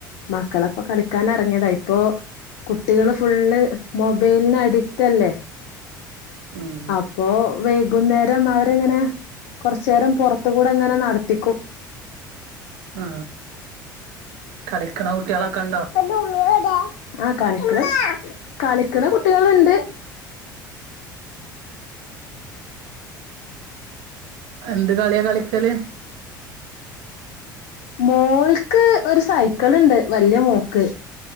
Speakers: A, on the left; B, on the right.
A: മക്കളൊപ്പം കളിക്കാൻ എറങ്ങിയതാ ഇപ്പൊ കുട്ടികൾ ഫുള്ള് മൊബൈൽന് അഡിക്റ്റ് അല്ലെ
B: ഉം
A: അപ്പൊ വൈകുന്നേരം അവരെങ്ങനെ കൊർച്ചേരം പൊർത്തു കൂടെ ഇങ്ങനെ നട്ത്തിക്കും
B: ആ കളിക്ക്ണ കുട്ടാളൊക്കെ ഇൺ
A: പ ഡൂന്ന വടൊ ആ് കളിക്ക കളിക്കടെ കുട്ടികൾുണ്ട്
B: എന്ത് കളിയാ കളിക്കൽ
A: മോൾക്ക് ഒര് സൈക്കൾ ഇണ്ട് വല്ല്യ മോക്ക്